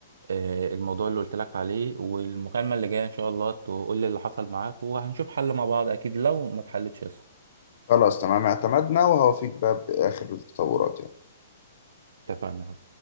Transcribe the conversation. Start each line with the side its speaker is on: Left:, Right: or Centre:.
Right: آه، الموضوع اللي قلت لك عليه والمكالمة اللي جاية ان شاء الله تقول لي اللي حصل معاك وهنشوف حل مع بعض اكيد لو ما اتحلتش يا اسطى.
Left: خلاص تمام اعتمدنا وهوافيك بقى باخر التطورات يعني
Right: اتفقنا